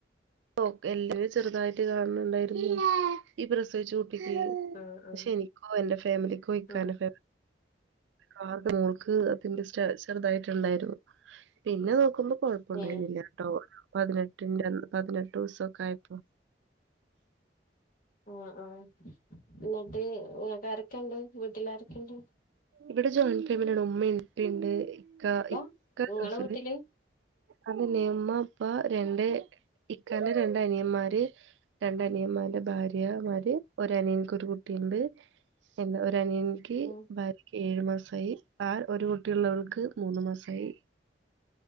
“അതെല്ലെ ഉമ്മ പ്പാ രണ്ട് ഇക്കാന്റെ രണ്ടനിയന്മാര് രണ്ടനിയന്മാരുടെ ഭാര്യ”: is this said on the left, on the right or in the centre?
Right